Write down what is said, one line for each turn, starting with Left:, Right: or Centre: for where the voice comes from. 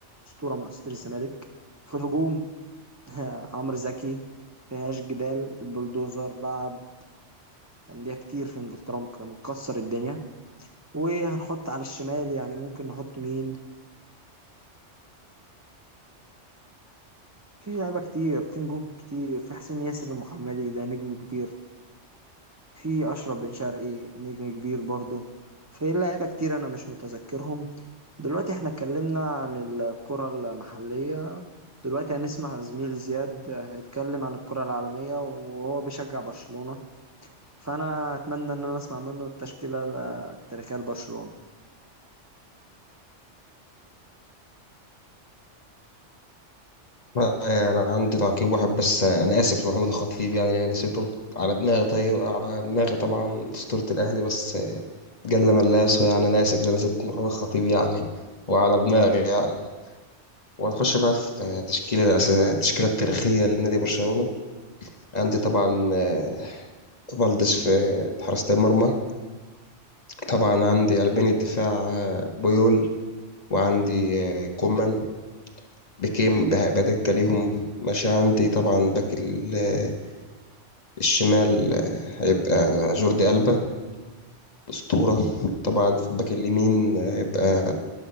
Right: أسطورة من أساطير الزمالك في الهجوم <laughs> عمرو زكي مفيهاش جدال البلدوزر لعب أندية كتير في إنجلترا مك- مكسر الدنيا وهنحط على الشمال يعني ممكن نحط مين في لعيبة كتير في نجوم كتير في حسين ياسر المحمدي ده نجم كبير في أشرف بن شرقي نجم كبير برضه في لعيبة كتير أنا مش متذكرهم دلوقتي احنا اتكلمنا عن الكرة المحلية دلوقتي هنسمع زميلي زياد هيتكلم عن الكرة العالمية وهو بيشجع برشلونة فانا اتمنى ان انا اسمع منه التشكيله التاريخيه لبرشلونه
Left: آه، يعني عندي تعقيب واحد بس آه، أنا آسف لمحمود الخطيب يعني أنا نسيته على دماغي طيب على دماغي طبعا أسطورة الأهلي بس آه، جل من لا يسهو يعني أنا آسف لأن نسيت محمود الخطيب يعني وعلى دماغي يعني وهنخش بقى في تشكيلة الأساسية التشكيلة التاريخية لنادي برشلونة عندي طبعا آه، فالديز في حراسة المرمى طبعا عندي قلبين الدفاع آه، بويول وعندي آه، كومان بكيم بها- بدكة ليهم ماشي عندي طبعا باك ال- آه، الشمال آه، هيبقى جوردي ألبا أسطورة طبعا في الباك اليمين آه، هيبقى